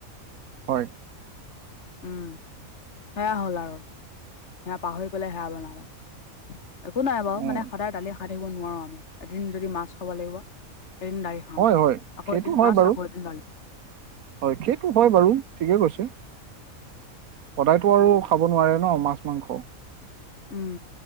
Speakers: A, on the right; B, on the left.
A: হয়।
B: উম সেয়া হ'ল আৰু, সেয়া পাহৰি পেলাই সেয়া বনালে। একো নাই বাৰু
A: উম,
B: মানে সদায় দালি নোখোৱাকে থাকিব নোৱাৰো আমি, এদিন যদি মাছ খাব লাগিব, এদিন দালি খাওঁ
A: হয়, হয়,
B: আকৌ
A: সেইটো
B: এদিন
A: হয়
B: মাছ
A: বাৰু
B: আকৌ এদিন দালি।
A: হয় সেইটো হয় বাৰু ঠিকে কৈছে। সদায়তো আৰু
B: অঁ
A: খাব নোৱাৰে ন মাছ মাংস।
B: উম